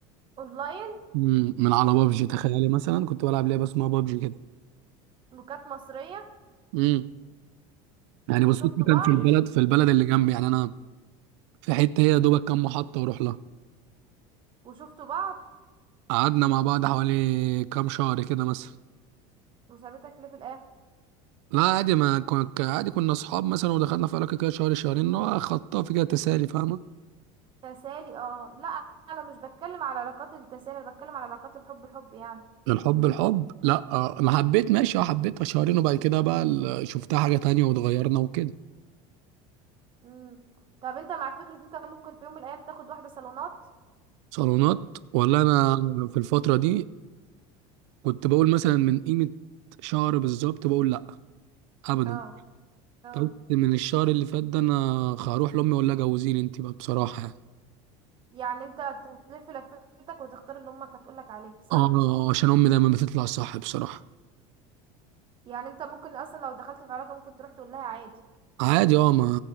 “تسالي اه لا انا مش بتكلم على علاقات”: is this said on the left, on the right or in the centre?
Right